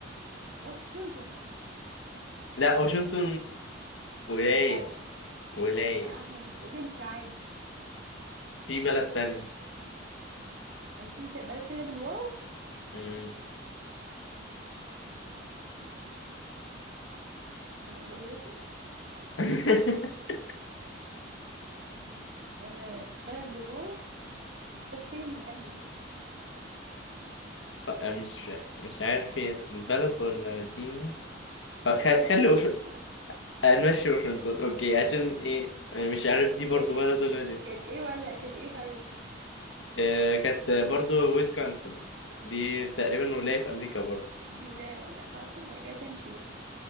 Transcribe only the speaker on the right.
واشنطن
بلد
لا، احنا بتمشي عادي
آه، في ت- بلد تانية بالواو
آه وجزاكي
آه بلد بالواو طب فين مكانها
أوروبا
مثلا آه،
كده
هي
كانت ايه
كانت ايه ولا كانت ايه طيب
دي ولا ولا خلاص يبقى كده تمشي